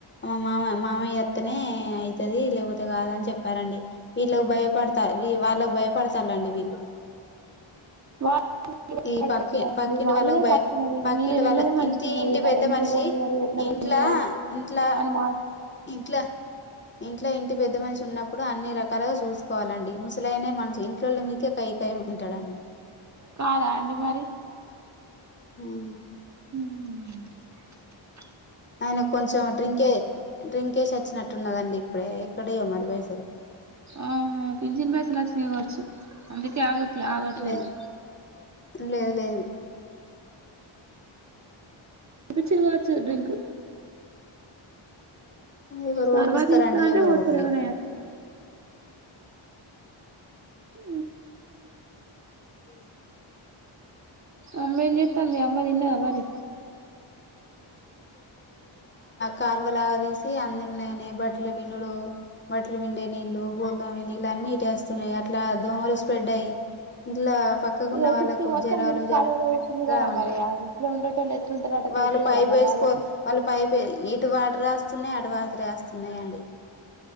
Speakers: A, on the left; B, on the right.
A: మా మామ మామయ్య అత్తనే అయితది లేకపోతే కాదు దని చెప్పారండి వీళ్ళ భయపడతారు వీ వాళ్లు భయపడతారండి వీళ్ళు
B: వా ల్
A: ఈ పక్కి
B: <unintelligible>
A: పక్కింటి
B: వాళ్ళదే
A: వాళ్ళకు బయ
B: తప్పున్నది
A: పక్కింటి
B: మీద వీళ్ళదే
A: వాళ్ళ
B: మంచి
A: ఇంటి
B: ఉన్నది
A: ఇంటి
B: మరి
A: పెద్ద
B: ఎందు
A: మనిషి
B: గరు ఎట్లా
A: ఇంట్లా
B: మీ యరు
A: ఇంట్లా
B: హనుమాన్
A: ఇంట్లా ఇంట్లో ఇంటి పెద్ద మనిషి ఉన్నప్ ఇప్పుడు అన్ని రకాలుగా చూసుకోవాలండి ముసలైనే మనసు ఇంట్లో మీదకే కై కై మంటాడండి
B: కాదా అండి మరి
A: హ్మ్
B: హుమ్
A: ఆయనకు కొంచెం డ్రింకే డ్రింకేసి వచ్చినట్టున్నదండి ఇప్పుడే ఎక్కడయ్యో మరి బైసలు
B: ఆహా పిజన్ పైసలచ్చమీచ్చు అందుకే ఆగట్లే ఆగట్లేదు
A: లే లేదు లేదు
B: పపచ్చిదివచ్చు డ్రింక్
A: ఎవరు
B: సర్వా
A: ఓపిస్తారంండి
B: తీస్తా అంటే
A: ఎవరు
B: పోతారు
A: ఓపి
B: ఎవరైనా
A: అ
B: అ
A: ఉ
B: అమ్మయి నత అంది అమ్మదిన్నదా మరి
A: కాల్వ లా తీసి అంద ని బట్టల బిండుడు బట్టలు బిండే నీళ్ళలు బోల్దామ నీళ్ళలు అన్ని వేస్తున్నాయి అట్లా స్ప్రెడ్యి ఇట్లా పక్కకున్న
B: ఇగ
A: వాళ్ళలకు
B: చుట్టూ మొత్తం
A: జరాలు
B: మురికి కాలువలో
A: జర
B: పెట్టింది కదా
A: రావండి
B: మరి ఆ ఇంట్లో ఉండేటోళ్ళు ఎట్లుంటారట
A: వాళ్ళు
B: తెలుస్తలేదా
A: పైపు
B: మరి
A: వేసుకో
B: వాళ్ళకి
A: వాళ్ళ పైప ఇటు వాట రాస్తున్నాయి అటు వాట వేస్తున్నాయంండి